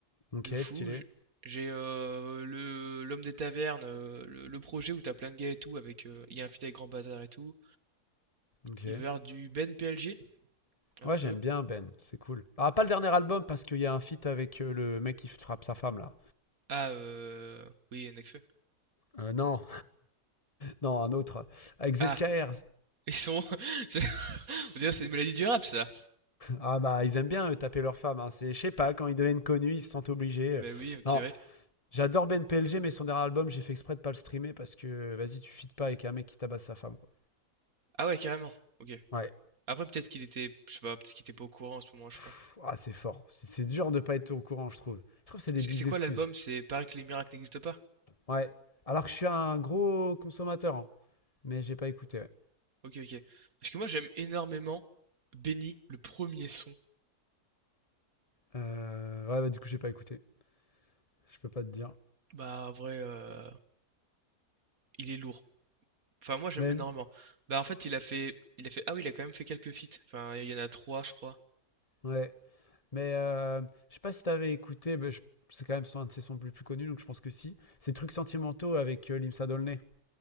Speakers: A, on the left; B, on the right.
A: Ok,
B: de fou,
A: stylé.
B: j'- j'ai euh, le l'homme des tavernes, euh, le, le projet où t'as plein de gars et tout, avec euh, il y a un feat avec Grand Bazar et tout.
A: Ok.
B: Il va y avoir du Ben PLG, un
A: Ouais,
B: peu.
A: j'aime bien Ben, c'est cool. Ah, pas le dernier album parce qu'il y a un feat avec euh, le mec qui frappe sa femme là.
B: Ah, euh, oui, Nekfeu.
A: Euh, non, Non, un autre. Avec ZKR.
B: Ah, ils sont. <laughs> c'est- On dirait que c'est une maladie du rap, ça.
A: Ah bah, ils aiment bien eux, taper leurs femmes. hein. C'est, je sais pas, quand ils deviennent connus, ils se sentent obligés.
B: Bah
A: euh.
B: oui, on
A: Non,
B: dirait.
A: j'adore Ben P L G, mais son dernier album, j'ai fait exprès de pas le streamer parce que, vas-y, tu fites pas avec un mec qui tabasse sa femme, quoi.
B: Ah ouais, carrément. Ok.
A: Ouais.
B: Après, peut-être qu'il était, je sais pas, peut-être qu'il était pas au courant en ce moment, je
A: Pff,
B: sais pas.
A: ah, c'est fort. C'est, c'est dur de pas être au courant, je trouve. Je trouve que c'est des
B: C'est
A: bigs
B: c'est quoi
A: excuses.
B: l'album? C'est Paris que les miracles n'existent pas?
A: Ouais. Alors que je suis un gros consommateur, hein. mais j'ai pas écouté. Ouais,
B: Ok, ok. Parce que moi j'aime énormément Benny, le premier son.
A: Euh, ouais bah, du coup, j'ai pas écouté. Je peux pas te dire.
B: Bah en vrai, euh, il est lourd. Enfin moi j'aime
A: Même.
B: énormément. Bah en fait il a fait, il a fait, ah oui il a quand même fait quelques feats. Enfin il y en a trois je crois.
A: Ouais. Mais euh, je sais pas si t'avais écouté, mais je- c'est quand même son- un de ses sons les plus connus, donc je pense que si. C'est Trucs sentimentaux avec euh, Limsa Dolné.